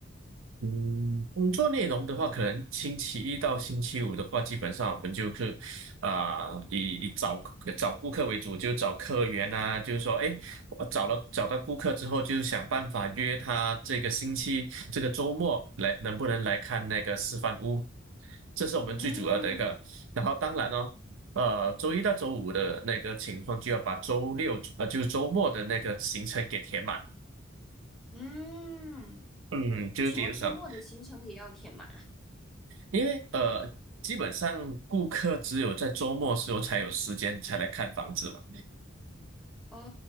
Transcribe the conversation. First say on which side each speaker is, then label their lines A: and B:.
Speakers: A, on the right; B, in the centre.
A: 嗯，工作内容的话，可能星期一到星期五的话，基本上我们就是啊、以以找呃找顾客为主，就找客源啊，就是说，哎，我找了找到顾客之后，就想办法约他这个星期这个周末来，能不能来看那个示范屋？这是我们最主要的一个。
B: 嗯
A: 然后当然哦，呃，周一到周五的那个情况，就要把周六呃就是周末的那个行程给填满。
B: 嗯，
A: 嗯，就是比如说。
B: 为什么周末的行程也要填满啊？
A: 因为呃，基本上顾客只有在周末时候才有时间才来看房子嘛，
B: 哦